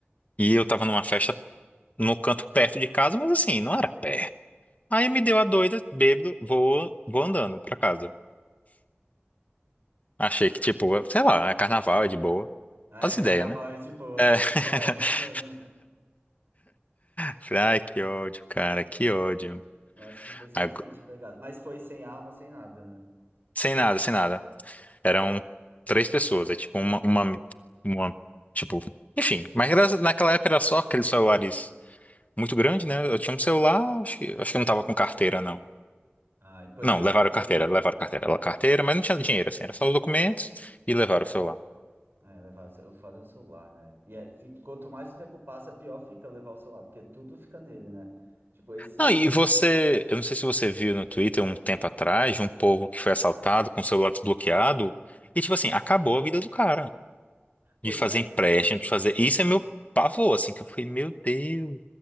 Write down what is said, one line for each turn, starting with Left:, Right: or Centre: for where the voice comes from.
Left: E eu tava numa festa no canto perto de casa, mas assim, não era perto. Aí me deu a doida, bêbado, vou, vou andando pra casa. Achei que, tipo, sei lá, é carnaval, é de boa.
Right: Ah,
Left: As
Right: é carnaval,
Left: ideias, né?
Right: é de boa,
Left: É.
Right: logo qual a época
Left: <laughs>
Right: do ano, né?
Left: Falei, Ai, que ódio, cara, que ódio.
Right: Nossa, você foi sozinho,
Left: Agu-
Right: te pegaram. Mas foi sem arma, sem nada, né?
Left: Sem nada, sem nada. Eram três pessoas, é tipo uma, uma, uma, tipo, enfim. Mas era- naquela época era só aqueles celulares. muito grande, né? Eu tinha um celular, acho que, acho que eu não tava com carteira, não.
Right: Ah, e pois
Left: Não,
Right: é,
Left: levaram
Right: não.
Left: carteira, levaram carteira, levaram carteira, mas não tinha dinheiro, assim, era só os documentos e levaram o celular.
Right: É, levar, o foda é o celular, né? E, é- e quanto mais o tempo passa, pior fica levar o celular, porque tudo fica nele, né? Tipo, esse.
Left: Não, e você, eu não sei se você viu no Twitter um tempo atrás de um povo que foi assaltado com o celular desbloqueado e, tipo assim, acabou a vida do cara.
Right: Pois
Left: De fazer empréstimo, de fazer. Isso é meu pavor, assim, que eu fui meu Deus,